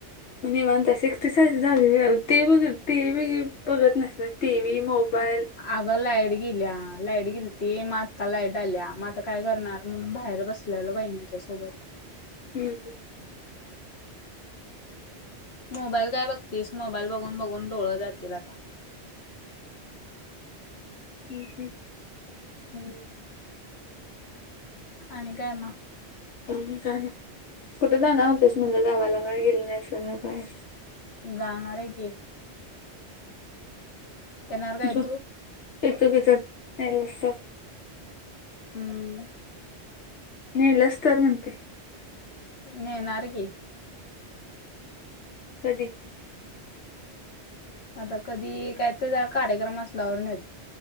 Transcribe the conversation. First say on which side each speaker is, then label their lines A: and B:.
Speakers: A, on the left; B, on the left.
A: निवांत हाईस एकटीच हाय जागी अजुन टीव्ही बघतं नाहीस काय. TV mobile.
B: अगं लाईट गेल्या लाईट गेलती म आता लाईट आल्या आता काय करणार म्हणून बाहेर बस. बहिणींच्या सोबत <unintelligible>
A: ह <unintelligible>
B: मोबाईल काय बघतेस, मोबाईल बघून बघून डोळं जातील आता.
A: <unintelligible>
B: हम्, आणि काय मग?
A: आणि काय? कुठे जाणार होतीस म्हटलं गावाला काही गेले नाही काही नाय.
B: जाणार आहे की, येणार
A: <unintelligible>
B: काय तू हम्म.
A: नेलच तर म्हणते.
B: नेणार की,
A: कधी?
B: आता कधी, काय तर कार्यक्रम असल्यावरून ने.